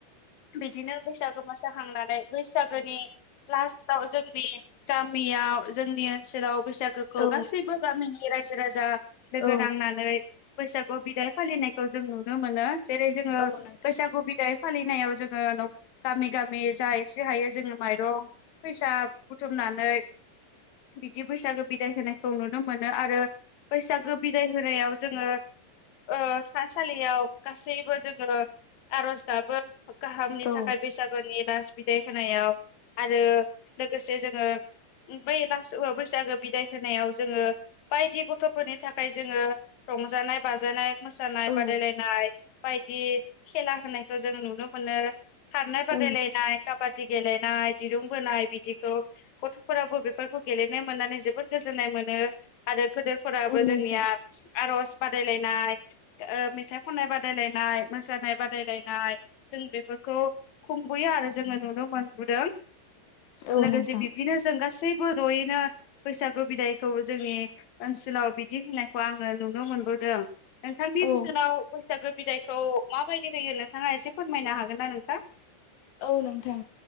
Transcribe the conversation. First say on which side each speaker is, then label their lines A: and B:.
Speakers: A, on the left (about 55°); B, on the left (about 70°).
A: बिदिनो बैसागो मोसाखांनानै बैसागोनि लास्त आव जोंनि गामियाव जोंनि ओनसोलाव बैसागोखौ
B: औ
A: गासैबो गामिनि राय जो राजा लोगो
B: औ
A: नांनानै बैसागु बिदाय फालिनायखौ जों नुनो मोनो। जेरै जोङो
B: औ नोंथां
A: बैसागु बिदाय फालिनायाव जोङो न' गामि गामि जा एसे हायो जोङो माइरं फैसा बुथुमनानै बिदि बैसागो बिदाय होनायखौ नुनो मोनो आरो बैसागो बिदाय होनायाव जोङो ओ थानसालियाव गासैबो जोङो आरज गाबो। गाहामनि
B: औ
A: थाखाय बैसागुनि लास बिदाय होनायाव आरो लोगोसे जोङो बै लास बैसागो बिदाय होनायाव जोङो बायदि गथ'फोरनि थाखाय जोङो रंजानाय बाजानाय मोसानाय
B: औ
A: बादायलायनाय बायदि खेला होनायखौ जों नुनो मोनो। खारनाय बादायलायनाय
B: औ
A: काबादि गेलेनाय दिरुं बोनाय बिदिखौ गथ'फोराबो बेफोरखौ गेलेनो मोननानै जोबोद गोजोननाय मोनो आरो फोदोरफोराबो
B: औ नोंथां
A: जोंनिया आर'ज बादायलायनाय ओ मेथाइ खननाय बादायलायनाय मोसानाय बादायलायनाय जों बेफोर खौ‌ खुंबोयो आरो जोङो नुनो मोनबोदों
B: औ
A: लोगोसे
B: नोंथां
A: बिब्दिनो जों गासै सैबो जयैनो बैसागो बिदायखौ जोंनि ओनसोलाव बिदि होनायखौ आङो नुनो मोन बोदों नोंथांनि ओनसोनाव
B: औ
A: बैसागो बिदायखौ माबायदि होयो नोंथाङा एसे फोरमायनो हागोन ना नोंथां?
B: औ नोंथां